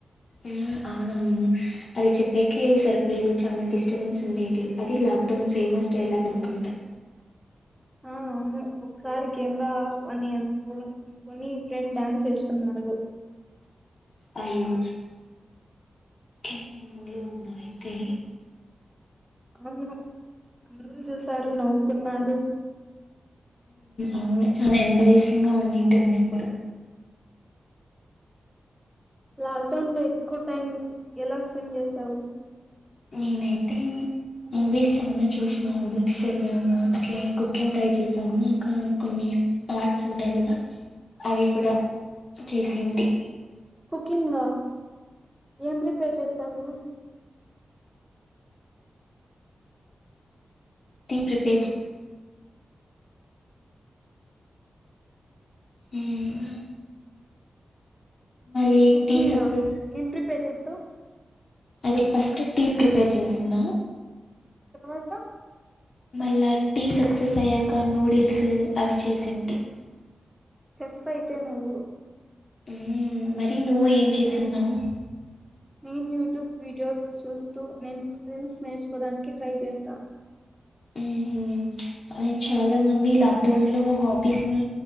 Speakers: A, on the left; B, in the centre.
A: ఆ అవునవును అది చెప్పాక సరిపోయేది చాలా డిస్టర్బెన్స్ ఉండేది అది లా లాక్డౌన్ ఫేమస్ డైలాగ్ అనుకుంటా
B: ఆ ఒకసారి కెమెరా ఆఫ్ అని అను అనుకొని ఫ్రెండ్ డాన్స్ చేస్తున్నాడు
A: అయో <unintelligible> అయితే
B: అవును అందరూ చూసారు నవ్వుకున్నారు
A: అవును చాలా ఎంబరేసింగ్ గా ఉండింటుంది అప్పుడు
B: లాక్డౌన్ లో ఎక్కువ టైం ఎలా స్పెండ్ చేసావు
A: నేనైతే మూవీస్ చాలా చూసిన బుక్స్ చదివాను అట్లే కుకింగ్ ట్రై చేశాను ఇంకా కొన్ని పార్ట్స్ ఉంటాయి కదా అవి కూడా చేసింటి
B: కుకింగ్ ఏం ప్రిపేర్ చేసావు
A: టీ ప్ర్రిపేర్ హ్మ్ మళ్ళీ
B: కుకింగా
A: టీ సక్సెస్
B: ఏం ప్రిపేర్ చేసావు
A: అదే ఫస్ట్ టీ ప్రిపేర్ చేసిన్న
B: తర్వాత
A: మళ్ళా టీ సక్సెస్ అయ్యాక నూడిల్స్ అవి చేసింటి
B: చెఫ్ అయితే నువ్వు
A: ఉ మరి నువ్వు ఏం చేసిన్నావు
B: నేను యూట్యూబ్ వీడియోస్ చూస్తూ నేను స్కిల్స్ నేర్చుకోవడానికి ట్రై చేశా
A: ఉహు అ చాలా మంది లాక్ డౌన్ లో హొబీస్ని